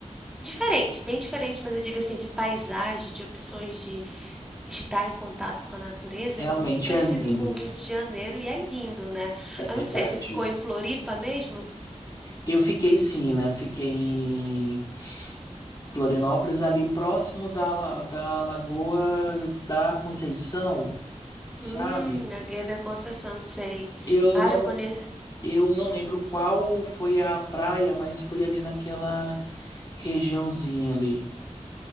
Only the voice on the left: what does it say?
realmente
é lindo.
É
verdade.
Eu fiquei sim, né? Eu fiquei em Florianópolis, ali próximo da, la- da Lagoa da Conceição, sabe?
Eu
não,
eu não lembro qual foi a praia, mas foi ali naquela regiãozinha ali.